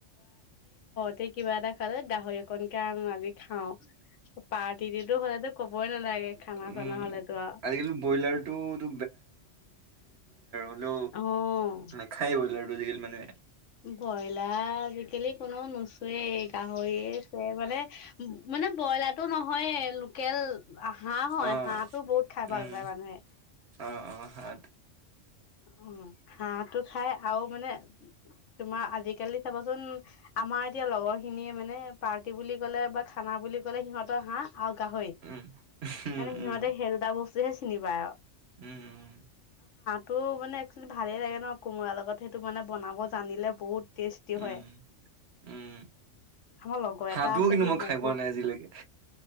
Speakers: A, on the left (about 75°); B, on the right (about 60°).
A: তে কিবা এটা খাল গাহৰি অকণ স কাৰণ আজি খাও পাৰ্টিটো হলে কবই নালাগে খানা চানা
B: উম।
A: হলেতো আৰু
B: আজিকালি ব্ৰইলাৰটোতো হেলো
A: অ'।
B: নেখায় বলে আজি কালি মানেহে
A: ব্ৰইলাৰ আজিকালি কোনো নোচোৱেই গাহৰিয়ে চৱে মানে মানে ব্ৰইলাৰটো নহয়ে লোকেল হাঁহ হয়
B: অ
A: হাঁহটো বহুত খাই ভাল
B: উম
A: পায় মানুহে
B: অ অ হাত
A: অ হাঁহটো খাই আৰু মানে তোমাৰ আজিকালি চাবচোন আমাৰ এতিয়া লগৰ খিনিয়ে মানে পাৰ্টি বুলি কলে বা খানা বুলি ক'লে সিহঁতৰ হাঁহ। আৰু গাহৰি
B: উম উম
A: মানে সিহঁতে
B: উম
A: খেকেতা বস্তু হে চিনি পাই আৰু।
B: উম উম।
A: তো মানে একচলি ভালেই লাগে ন কোমোৰাৰ লগত সেইটো মানে বনাব জানিলে বহুত টেষ্টি
B: উম
A: হয়,
B: উম
A: আমাৰ লগৰ
B: হাঁহটোও
A: এটা আছে
B: কিন্তু
A: সি
B: মই
A: বহুত
B: খাই পোৱা নাই আজিলৈকে